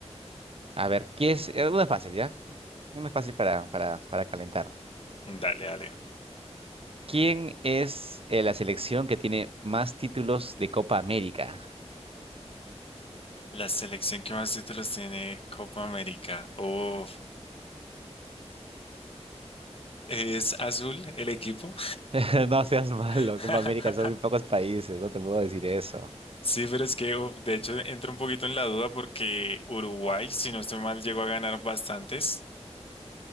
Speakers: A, on the right; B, on the left.
A: A ver, ¿quién es? eh, Una fácil, ¿ya? Una fácil para, para, para calentar.
B: Dale, dale.
A: ¿Quién es eh, la selección que tiene más títulos de Copa América?
B: La selección que más títulos tiene Copa América. Uf. ¿Es azul el equipo?
A: <laughs> No seas malo,
B: <laughs>
A: Copa América son muy pocos países, no te puedo decir eso.
B: Sí, pero es que, uf, de hecho, entro un poquito en la duda porque Uruguay, si no estoy mal, llegó a ganar bastantes.